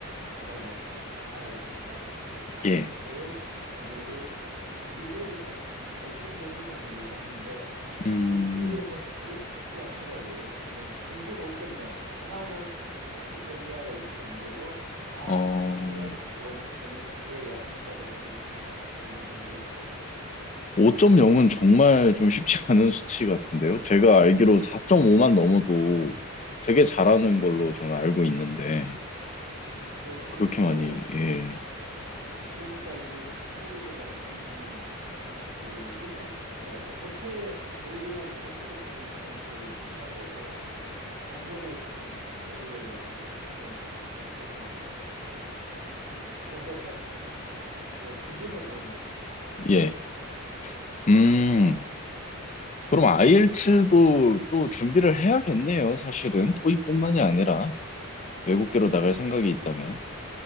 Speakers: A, on the right; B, on the left.
A: 기반의 어떤 나라에 가면 I,
B: 예,
A: e l t s 성적을 엔지니어링 같은 경우는 한 5.0 이상은 요구하는데
B: 음,
A: 근데 주위에 보니까 그것도 쉽지 않더라고요. 5.0 평균 5.0 하나는 4.0 이하가 있으면 안 되고 다
B: 어.
A: 평균 해가지고 5.0 이상 되어야 일자리를 얻을 수 있는 경우가 있더라고요.
B: 5.0은 정말 좀 쉽지 <laughs> 않은 수치 같은데요. 제가 알기로 4.5만 넘어도 되게 잘하는
A: 예.
B: 걸로 저는 알고 있는데,
A: 네, 그렇죠.
B: 그렇게 많이, 예,
A: 그, 그러니까 이제 한국인들 같은 경우는 그 리턴 뭐랄까 독해 의의하고 독해력 쪽에서 점수를 좀 따고 작문에서 좀 점수 올려가지고 5.0을 대강 맞추죠. <laughs> 뭐 평균을 보니까
B: 예. 음, 그럼 i l 7도또 준비를 해야겠네요, 사실은. 토익뿐만이 아니라 외국계로
A: 요즘은
B: 나갈 생각이 있다면.